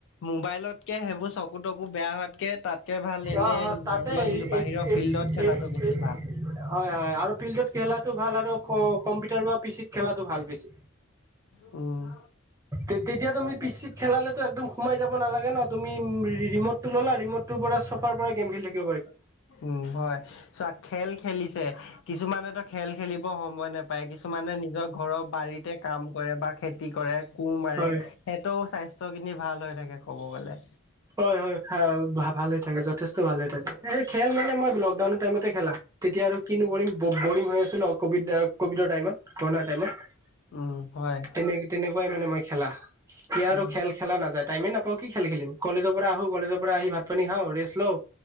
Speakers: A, on the left (about 65°); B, on the right (about 15°).
A: মোবাইলতকে সেইবোৰ চকু তকু বেয়া হোৱাতকে, তাত কে ভাল এনেই
B: অ হয় তাতে
A: নৰ্মেল
B: এইটো
A: বাহিৰৰ
B: এই
A: ফিল্ডত খেলাটো
B: এই
A: বেছি
B: এই
A: ভাল।
B: হয় হয় আৰু ফিল্ডত খেলাটো ভাল আৰু কম্পিউটাৰ বা পিচিত খেলাটো ভাল বেছি।
A: উম
B: তে তেতিয়া তুমি পি চিত খেলালেতো একদম সোমাই যাব নালাগে ন তুমি ৰি ৰিমটটো ল'লা ৰিমট টোৰ পৰা চফাৰ পৰাই গম খেলি থাকিব পাৰিবা।
A: উম হয়। চোৱা খেল খেলিছে, কিছুমানেতো খেল খেলিব সময় নেপায় কিছুমানে নিজক ঘৰৰ বাৰীতে কাম কৰে বা খেতি কৰে, কু মাৰে
B: হয়
A: হেতও স্বাস্থ্যখিনি ভাল হৈ থাকে ক'ব গ'লে।
B: হয় হয় ভাল হৈ থাকে, যথেষ্ট ভাল হৈ থাকে, এ খেল মানে মই লকডাউনৰ টাইমতে খেলা। তেতিয়া আৰু কিনো কৰিম বৰিং হৈ আছিলো কভিড কভিডৰ টাইমত কৰোণাৰ টাইমত।
A: উম হয়।
B: তেনে তেনেকুৱাই মানে মই খেলা, এতিয়া
A: উম
B: আৰু খেল খেলা নাযায় টাইমে নাপাওঁ কি খেল খেলিম। কলেজৰ পৰা আহো, কলেজৰ পৰা আহি ভাত পানী খাওঁ, ৰেষ্ট লওঁ